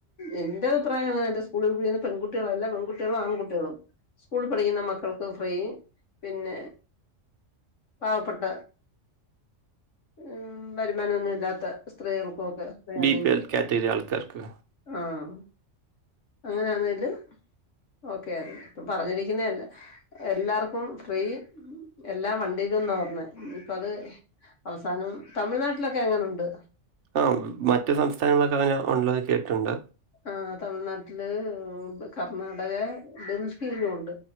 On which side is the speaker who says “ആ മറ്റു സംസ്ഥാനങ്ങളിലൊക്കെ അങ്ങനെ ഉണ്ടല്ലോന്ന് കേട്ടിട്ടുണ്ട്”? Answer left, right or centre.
Right